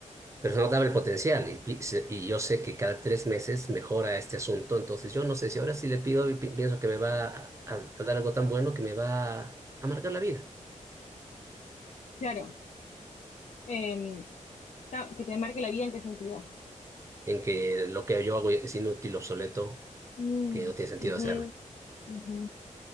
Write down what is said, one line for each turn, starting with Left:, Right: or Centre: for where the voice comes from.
Right: pero se notaba el potencial y, pi- se- y yo sé que cada tres meses mejora este asunto, entonces yo no sé si ahora sí le pido y pi- pienso que me va a, a dar algo tan bueno que me va a amargar la vida,
Left: claro. Em, ta- que te marque la vida en qué sentido.
Right: en que lo que yo hago es inútil, obsoleto,
Left: Mm,
Right: que no tiene sentido
Left: ujú,
Right: hacerlo.
Left: ujú.